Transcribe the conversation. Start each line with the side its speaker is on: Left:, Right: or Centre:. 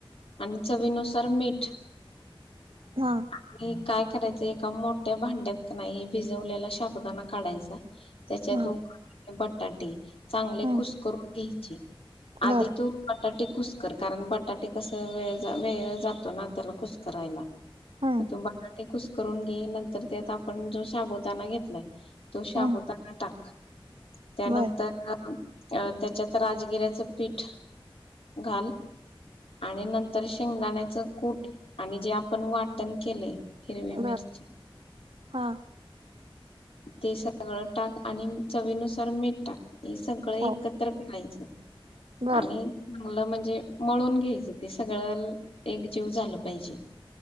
Left: आणि चवीनुसार मीठ <unintelligible>
Right: हा
Left: काय करायच एका मोठ्या भांड्यात कनाय भिजवलेला शाबुदाना काढायचा त्याच्यात
Right: हा
Left: <unintelligible> बटाटी चांगले
Right: हम्म
Left: कुसकरून घ्यायचे आधी
Right: बर
Left: तू बटाटे कुसकरतान आणि बटाटे तस वेळ, वेळ जातो ना त्याला कुस करायला.
Right: हम्म
Left: अता बटाटे खुस करून घे नंतर त्यात आपण जो शबुदाणा घेतलाय तो शाबुदाना
Right: हम्म
Left: टाक. का? त्यानंतर
Right: बर
Left: <unintelligible> अ त्याच्यात राजगिऱ्याचं पीठ घाल. आणि नंतर शेंगदाण्याच कूट आणि जे आपण वाटण केलंय हिरवी मिर्ची
Right: बर हा
Left: ते सगळं टाक आणि चवीनुसार मीठ टाक. ते सगळं एकत्र
Right: हो
Left: करायचं.
Right: बर
Left: आणि मुलं म्हणजे मळून तेच ते सगळं एकजीव झालं पाहिजे.